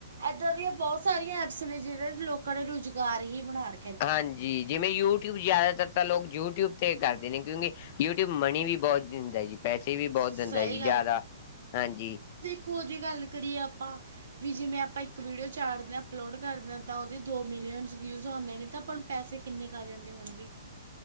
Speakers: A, on the right; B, on the left.
A: ਇੱਦਾਂ ਦੀਆਂ ਬੋਤ ਸਾਰੀਆਂ ਐਪਸ ਨੇ ਜੇੜੇ ਲੋਕਾਂ ਨੇ ਰੁਜ਼ਗਾਰ ਹੀ ਬਣਾ ਰ
B: ਹਾਂਜੀ। ਜਿਵੇਂ ਯੂਟਿਊਬ ਜਾਦਾਤਰ ਤਾ ਲੋਕ ਯੂਟਿਊਬ ਤੇ ਕਰਦੇ ਨੇ ਕਿਉਂਕਿ ਯੂਟਿਊਬ ਮਣੀ ਵੀ ਬੋਤ ਦਿੰਦਾ ਜੀ। ਪੈਸੇ ਵੀ ਬੋਹਤ
A: ਸਹੀ
B: ਦਿੰਦਾ ਜੀ ਜਾਦਾ ਹਾਂਜੀ।
A: <unintelligible> ਜੀ ਗੱਲ ਕਰੀਏ ਅਪਾ ਵੀ ਜਿਵੇਂ ਆਪਾਂ ਇੱਕ ਵੀਡੀਓ ਚਾੜਦੇ ਆ ਅਪਲੋਡ ਕਰਦੇ ਆ ਤਾਂ ਓਦੇ ਦੋ ਮਿਲੀਅਨਜ਼ ਵਿਊਜ਼ ਓਂਦੇ ਨੇ ਤਾਂ ਆਪਾਂ ਨੂੰ ਪੈਸੇ ਕਿੰਨੇ ਕ ਆ ਜਾਂਦੇ ਹੋਣਗੇ।